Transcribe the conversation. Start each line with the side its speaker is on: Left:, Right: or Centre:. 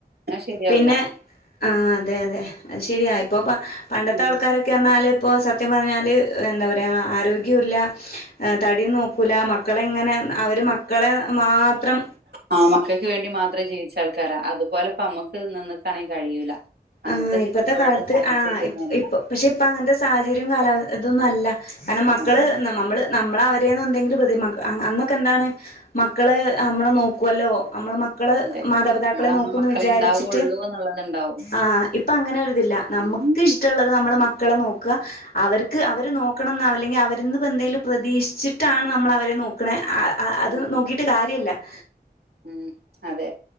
Right: എന്നാ ശരിയാവൂല
Left: പിന്നെ ആഹ് അതെ അതെ അതെ ആഹ് ശരിയാ ഇപ്പ പണ്ടത്തെ
Right: ഉം
Left: ആൾക്കാരൊക്കെന്നാല് ഇപ്പൊ സത്യം പറഞ്ഞാല് എന്താ പറയാ ആരോഗ്യവുല്ല തടി നോക്കൂല മക്കളെ ഇങ്ങനെ അവര് മക്കളെ മാത്രം
Right: ആമ മക്കക്ക് വേണ്ടി മാത്രം ജീവിച്ചാൾ ക്കാരാ. അതുപോലെ ഇപ്പ മ്മക്ക് നിന്നേക്കാണേൽ കഴിയൂല. അന്നത്തെ
Left: ആഹ്
Right: ചുറ്റുപാടും
Left: ഇപ്പത്തെ കാലത്ത്
Right: സാഹചര്യന്നും
Left: ആഹ്
Right: അല്ല.
Left: ഇപ്പ പക്ഷെ ഇപ്പ അങ്ങനത്തെ സാഹചര്യം കാലാവ ഇതൊന്നും അല്ല. കാരണം മക്കള്
Right: അതെ
Left: നമ്മള് നമ്മള് അവരേന്ന് എന്തെങ്കിലും പ്രതി അന്നൊക്കെ എന്താണ് മക്കള് മ്മളെ നോക്കുവല്ലോ മ്മള് മക്ക് മക്കള്
Right: അതെ.
Left: മാതാപിതാക്കളെ
Right: നാളെ നമ്മളെ
Left: നോക്കൂന്ന്
Right: മക്കളെ
Left: വിചാരിച്ചിട്ട്
Right: ഇണ്ടാവുള്ളൂ എന്നുള്ളത്ണ്ടാവും.
Left: ആഹ് ഇപ്പൊ അങ്ങനെയൊരി തില്ല. നമുക്ക്
Right: ഉം
Left: ഇഷ്ടമുള്ളത് നമ്മുടെ മക്ക് മക്കളെ നോക്കുക അവർക്ക് അവര് നോക്കണം ന്നാവില്ല ഇനി അവര്ന്ന് എന്തെലും പ്രതീക്ഷിച്ചിട്ടാണ് നമ്മള് അവരെ നോക്കണേ ആ ആ അത്
Right: ഉം
Left: നോക്കിയിട്ട് കാര്യല്ല. <inaudible>
Right: ഉം അതെ